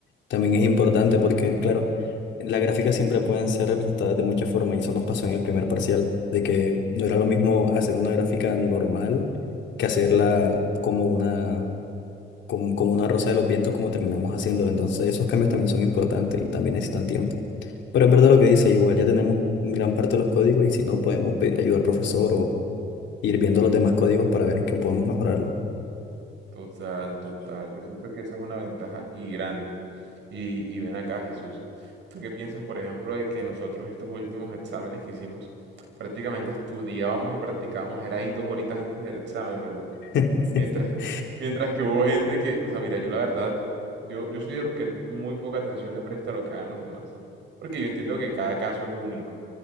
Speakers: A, on the left; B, on the right.
A: también es importante porque, claro, las gráficas siempre pueden ser representadas de muchas formas y eso nos pasó en el primer parcial, de que no era lo mismo hacer una gráfica normal que hacerla como una, como, como una rosa de los vientos como terminamos haciéndola. Entonces esos cambios también son importantes y también necesitan tiempo. Pero es verdad lo que dice, igual ya tenemos gran parte de los códigos y si no podemos pedir ayuda al profesor o ir viendo los demás códigos para ver en qué podemos mejorarlo.
B: Total, total. Yo siento que esa es una ventaja y grande. Y, y ven acá, Jesús. ¿Tú qué piensas, por ejemplo, de que nosotros estos últimos exámenes que hicimos, prácticamente estudiábamos y practicábamos, era ahí dos horitas antes del examen, ¿verdad?
A: <laughs>
B: Mientras, mientras que hubo gente que, o sea, mira, yo la verdad, yo, yo soy de los que muy poca atención le presta a lo que hagan los demás. Porque yo entiendo que cada caso es único.